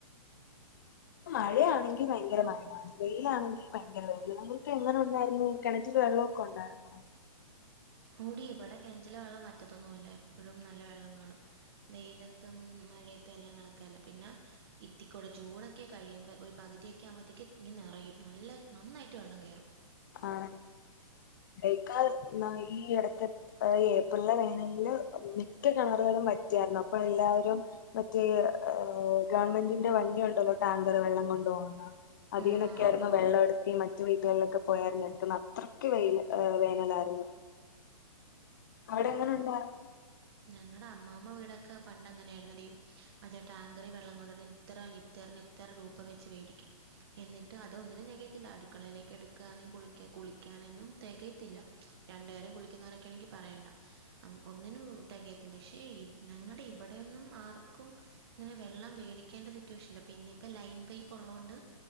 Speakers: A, on the left; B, on the right.
A: മഴയാണെങ്കി ഭയങ്കര മഴയാണ് വെയിലാണെങ്കി ഭയങ്കര വെയില് നിങ്ങൾക്ക് എങ്ങനെ ഉണ്ടായിരുന്നു കിണറ്റില് വെള്ളമൊക്കെ ഉണ്ടായിരുന്നോ
B: ഓടി ഇവിടെ കിണറ്റിലെ വെള്ളം വറ്റത്തൊന്നുവില്ല എപ്പഴും നല്ലവെള്ളം കാണും വെയിലത്തും മഴയത്തും എല്ലാം കണക്ക് തന്നെ പിന്നെ ഇത്തിക്കൂടെ ജൂണൊക്കെ കഴിയുമ്പോ ഒരു പകുതിയൊക്കെ ആകുമ്പോഴത്തേക്ക് ഇങ്ങു നിറയും നല്ല നന്നായിട്ട് വെള്ളം കയറും
A: ആണ് <inaudible> ന്ന ഈ ഇടത്തെ ഏപ്രലിലെ വേനലിന് മിക്ക കിണറുകളും വറ്റിയായിരുന്നു അപ്പൊ എല്ലാവരും മറ്റേ ഏ ഗവൺമെൻ്റിൻ്റെ വണ്ടിയോണ്ടലോ ടാങ്കറ് വെള്ളം കൊണ്ടുപോകുന്ന അതീനൊക്കെയായിരുന്നു
B: ആ ആ
A: വെള്ളം എടുത്തിമറ്റേ വീട്ടുകളിലൊക്കെ പോയായിരുന്നു എടുക്കുന്ന അത്രക്ക് വെയില് വേനലായിരുന്നു അവിടെ എങ്ങനെയുണ്ടായിരുന്നു
B: ഞങ്ങട അമ്മാമ വീടൊക്കാ പണ്ട് ങ്ങനെർന്നടി മറ്റേ ടക്കറിൽ വെള്ളം കൊണ്ടർലിം ഇത്ര ലിറ്റർന് ഇത്ര രൂപ വെച്ച് വേടിക്കും എന്നിട്ട് അതൊന്നിനും തെകയത്തില്ല അടുക്കളയിലേക്ക് എടുക്കാനും കുളിക്ക്യാ കുളിക്ക്യാ നൊന്നും തെകയത്തില്ല രണ്ടേരം കുളിക്കുന്നോരോക്കെണെങ്കി പറയണ്ട ഹം ഒന്നിനും തെകയത്തില്ല ക്ഷെ ഇ ഞങ്ങടെ ഇവടോന്നും ആർക്കും ങ്ങനെ വെള്ളം മേടിക്കേണ്ട സിറ്റുവേഷൻനില്ല പിന്നെപ്പാ ലൈൻ പൈപ്പ് ഉള്ളൊണ്ട്